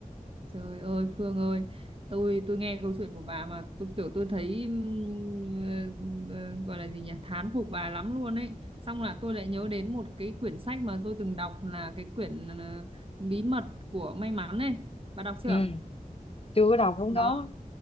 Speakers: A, on the right (about 40°); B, on the left (about 45°).
A: trời ơi Phương ơi tôi tôi nghe câu chuyện của bà mà tôi kiểu tôi thấy ừm, ờ, ờ, gọi là gì nhỉ thán phục bà lắm luôn ấy xong là tôi lại nhớ đến một cái quyển sách mà tôi từng đọc là cái quyển ờ, bí mật của may mắn ấy bà đọc chưa
B: ừ chưa có đầu cũng
A: đó
B: đó